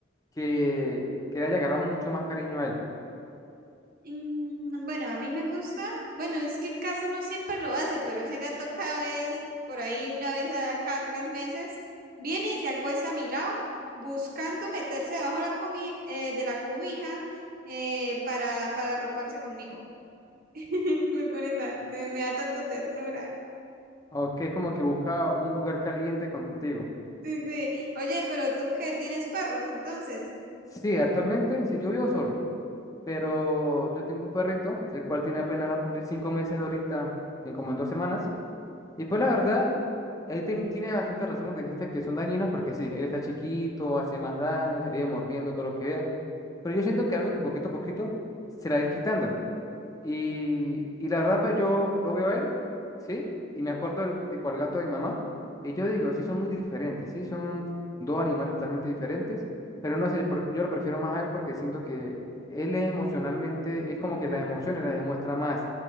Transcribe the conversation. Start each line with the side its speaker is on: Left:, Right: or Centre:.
Left: que, que le haya agarrado mucho más cariño a él,
Right: Mm, Bueno, a mí me gusta, bueno, es que casi no siempre lo hace, pero ese gato cada vez, por ahí una vez a cada tres meses, viene y se acuesta a mi lado buscando meterse debajo de la, comi- eh, de la cobija eh, para, para arroparse conmigo. <laughs> Me pone tan, me da tanta ternura.
Left: o que es como que busca un lugar caliente contigo.
Right: Sí, sí. Oye, pero tú qué, ¿tienes perros entonces?
Left: Sí, actualmente, si yo vivo solo, pero yo tengo un perrito, el cual tiene apenas va a cubrir cinco meses ahorita, en como en dos semanas. Y pues la verdad, ahí ten- tiene bastante razón cuando dijiste que son dañinos, porque sí, él está chiquito, hace más daño, se le vive mordiendo todo lo que vea. Pero yo siento que algo que poquito a poquito se la va a ir quitando. Y, y la verdad, pues yo lo veo a él, ¿sí? Y me acuerdo del tipo al gato de mi mamá. Y yo digo, sí, son muy diferentes, sí, son dos animales totalmente diferentes, pero no sé, por- yo lo prefiero más a él porque siento que él es emocionalmente, es como que las emociones las demuestra más,